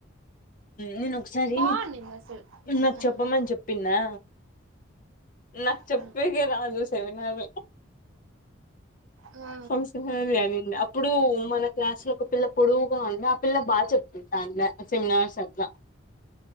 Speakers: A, on the left (about 40°); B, on the right (about 80°).
A: నేను ఒకసారి
B: బాగుండింది అసలు
A: నాకు
B: ఆ
A: చెప్పమని చెప్పిందా నాకు చెప్పడం
B: ఆ
A: రాదు సెమినార్
B: ఆ,
A: ఒక్కసారి అనింది ఇప్పుడు మన క్లాస్ లో ఒక పిల్ల పొడువుగా ఉంది ఆ పిల్ల బాగా చెప్తుంది సెమినార్స్ అట్లా